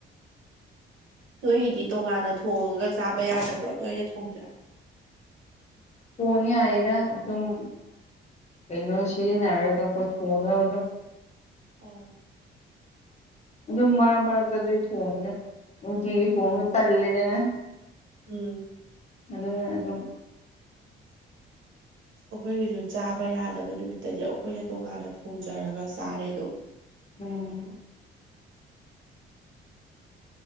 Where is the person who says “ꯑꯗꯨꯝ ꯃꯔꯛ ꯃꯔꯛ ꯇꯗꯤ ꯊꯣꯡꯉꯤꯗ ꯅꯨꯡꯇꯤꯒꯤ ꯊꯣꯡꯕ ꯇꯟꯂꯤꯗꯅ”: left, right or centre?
Left